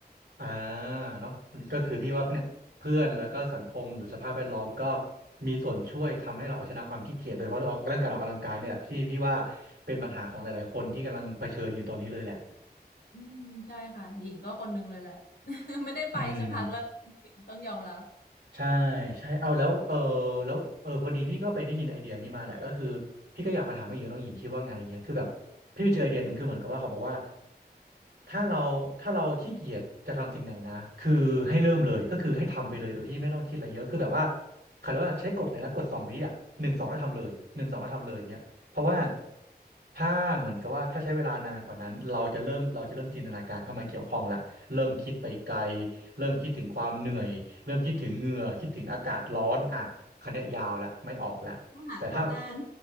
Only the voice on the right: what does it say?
อ่าเนาะก็คือพี่ว่าเนี่ยเพื่อนแล้วก็สังคมหรือสภาพแวดล้อมก็มีส่วนช่วยทำให้เราเอาชนะความขี้เกียจโดยเฉพาะเรื่องออกเรื่องการออกกำลังกายเนี่ยแหละที่พี่ว่าเป็นปัญหาของหลายๆคนที่กำลังเผชิญอยู่ตอนนี้เลยแหละ
อืม ใช่ใช่เอาแล้วเออแล้วเออพอดีพี่ก็ไปได้ยินไอเดียนี้มาแหละก็คือพี่ก็อยากมาถามว่าหญิงน้องหญิงคิดว่าไงเงี้ยคือแบบพี่ไปเจอไอเดียหนึ่งคือเหมือนกับว่าเขาบอกว่าถ้าเราถ้าเราขี้เกียจจะทำสิ่งไหนนะคือให้เริ่มเลยก็คือให้ทำไปเลยโดยที่ไม่ต้องคิดอะไรเยอะคือแบบว่าเขาเรียกว่าใช้กฎเลยนะกฎสองวิอ่ะหนึ่งสองแล้วทำเลยหนึ่งสองแล้วทำเลยเงี้ยเพราะว่าถ้าเหมือนกับว่าถ้าใช้เวลานานกว่านั้นเราจะเริ่มเราจะเริ่มจินตนาการเข้ามาเกี่ยวข้องละ เริ่มคิดไปไกลเริ่มคิดถึงความเหนื่อยเริ่มคิดถึงเหงื่อคิดถึงอากาศร้อนอ่ะคราวนี้ยยาวละไม่ออกละแต่ถ้า